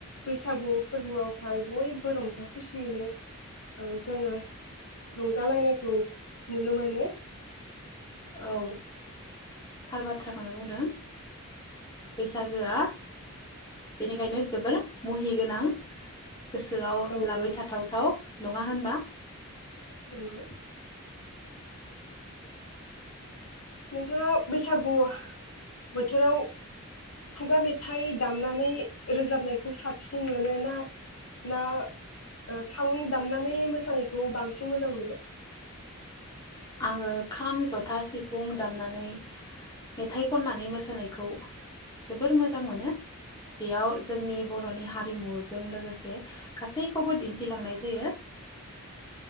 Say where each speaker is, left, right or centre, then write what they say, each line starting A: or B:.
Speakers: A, on the left (about 80°); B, on the left (about 20°).
A: बैसागु फोरबोआवहाय बयबो रंजा खुसियैनो ओ जोङो रंजालायनायखौ नुनो मोनो।
B: औ थार बाथ्राखौनो बुंदों बैसागोआ बेनिखायनो जोबोर मुहि गोनां। गोसोआव
A: औ
B: लाबाय
A: नंगौ
B: थाथावथाव नङा होनबा?
A: नंगौ।
B: <inaudible>
A: नोंथाङा बैसागु बोथोराव खुगा मेथाइ दामनानै रोजाबनायखौ साबसिन मोनो ना ना ओ साउन्ड दामनानै मोसानायखौ बांसिन मोजां मोनो?
B: आङो खाम जथा सिफुं दामनानै मेथाइ खननानै मोसानायखौ जोबोर मोजां मोनो। बेयाव जोंनि बरनि हारिमुजों लोगोसे गासैखौबो दिन्थिलांनाय जायो